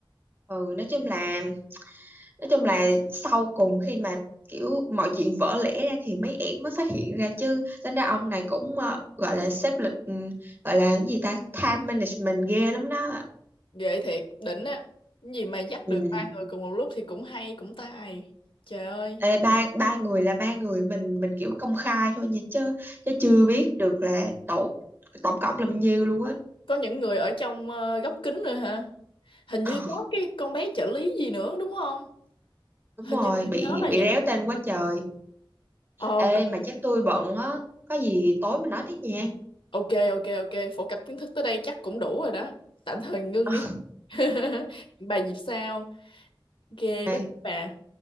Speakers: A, on the right; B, on the left.
A: ừ nói chung là nói chung là sau cùng khi mà kiểu mọi chuyện vỡ lẽ ra thì mấy em mới phát hiện ra chứ tính ra ông này cũng ờ, gọi là xếp lịch ừ, gọi là cái gì ta time management ghê lắm đó
B: Ghê thiệt, đỉnh á. Cái Gì mà dắt
A: ừ.
B: được ba người cùng một lúc thì cũng hay, cũng tài. Trời ơi,
A: Ê, ba ba người là ba người mình mình kiểu công khai thôi nha chứ chứ chưa biết được là tổ tổng cộng là bao nhiêu luôn á
B: có những người ở trong ờ, góc kính rồi hả? Hình
A: <laughs>
B: như có cái con bé trợ lý gì nữa đúng không?
A: đúng
B: Hình
A: rồi
B: như tôi
A: bị
B: nhớ là
A: bị
B: vậy.
A: réo tên quá trời
B: Ờ
A: ê mà chắc tôi bận á có gì tối mình nói tiếp nha
B: Ok ok ok phổ cập kiến thức tới đây chắc cũng đủ rồi đó tạm thời ngưng
A: <laughs>
B: đi <laughs> hẹn bà dịp sau ok bye
A: ok
B: bye bà